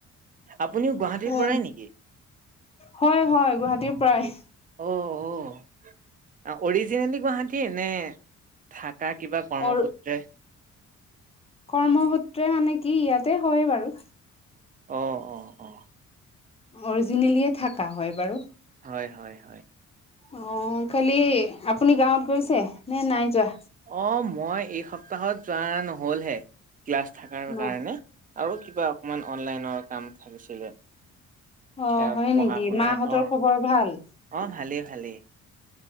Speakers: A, on the right; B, on the left.
A: আপুনিও গুৱাহাটীৰ
B: উম,
A: পৰাই নেকি।
B: হয় হয় গুৱাহাটীৰ পৰাই।
A: অ অ অৰিজিনেলি গুৱাহাটী নে থাকা কিবা। কৰ্মসূত্ৰে।
B: অ কৰ্মসূত্ৰে মানে কি ইয়াতে হয় বাৰু।
A: অ অ অ।
B: অৰিজিনেলিয়ে থাকা হয় বাৰু।
A: হয় হয় হয়।
B: অ খালি আপুনি গাঁৱত গৈছে নে নাই যোৱা।
A: অ মই এই সপ্তাহত যোৱা নহ'লহে ক্লাছ থাকাৰ
B: ন
A: কাৰণে। আৰু কিবা অকণমান অনলাইনৰ কাম থাকিছিলে।
B: অ
A: সেয়া
B: হয়
A: পঢ়া
B: নেকি
A: শুনাৰ
B: মাহঁতৰ
A: অ',
B: খবৰ ভাল।
A: অ', ভালেই ভালেই